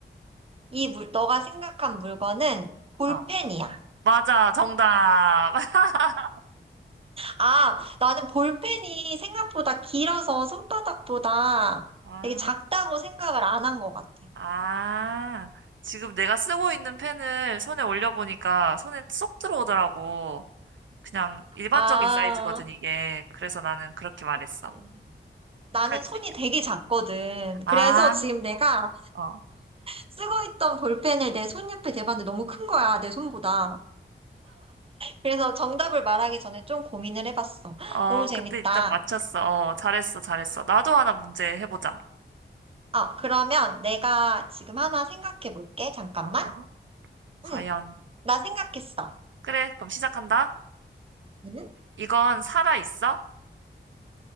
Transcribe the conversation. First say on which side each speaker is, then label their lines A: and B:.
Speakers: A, on the right (about 30°); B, on the right (about 80°).
A: 이 물, 너가 생각한 물건은 볼펜이야.
B: 어, 맞아, 정답. <laughs>
A: 아, 나는 볼펜이 생각보다 길어서 손바닥보다
B: 아,
A: 되게 작다고 생각을 안 한 것 같아.
B: 아, 지금 내가 쓰고 있는 펜을 손에 올려보니까 손에 쏙 들어오더라고. 그냥 일반적인
A: 아,
B: 사이즈거든, 이게. 그래서 나는 그렇게 말했어.
A: 그치. 나는
B: 헷갈릴
A: 손이
B: 수 있겠다.
A: 되게 작거든.
B: 아,
A: 그래서 지금 내가
B: 어,
A: 쓰고 있던 볼펜을 내 손 옆에 대봤는데 너무 큰 거야, 내 손보다. 그래서 정답을 말하기 전에 좀 고민을 해봤어.
B: 어,
A: 너무 재밌다.
B: 근데 일단 맞췄어. 어, 잘했어, 잘했어. 나도 하나 문제 해보자.
A: 아, 그러면 내가 지금 하나 생각해 볼게. 잠깐만.
B: 어, 과연.
A: 응, 나 생각했어.
B: 그래, 그럼 시작한다.
A: 응?
B: 이건 살아있어?